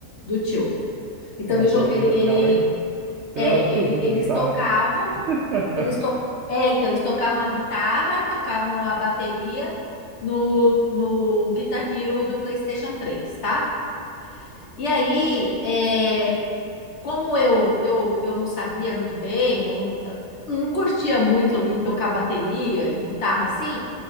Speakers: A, on the left; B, on the right.
A: do tio. Então
B: a bateria
A: ele, jo- ele,
B: era legal,
A: ele
B: hein?
A: é,
B: Eu era muito
A: ele,
B: ruim
A: eles
B: na guitarra.
A: tocavam,
B: <laughs>
A: eles to, é, então eles tocavam a guitarra, tocavam a bateria no, no Guitar Hero do PlayStation três tá? E aí, é, como eu, eu, eu não sabia muito bem, eu não, não curtia muito ali tocar bateria, guitarra assim,